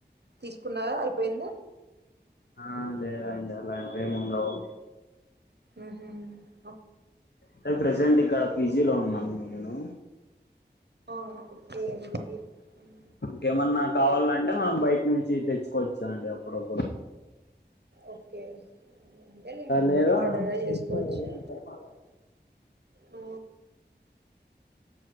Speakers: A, on the right; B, on the left.
A: తీసుకున్నారా అయిపోయిందా.
B: ఆ లేదండి అలాంటివేం ఉండవు.
A: ఆహ
B: అంటే ప్రజెంట్ ఇక్కడ పీజీ లో ఉన్నాము నేను.
A: ఆ, ఓకే
B: సరే
A: అండి
B: ఇంకేమన్నా కావాలంటే మనం బయటి నుంచి తెచ్చుకోవచ్చండి అప్పుడప్పుడు.
A: ఓకే అంతేలేండి
B: లేదా
A: ఆర్డర్ అన్నా
B: ఫ్రెండ్స్
A: చేసుకోవచ్చు
B: తో ఏదైనా
A: ఆ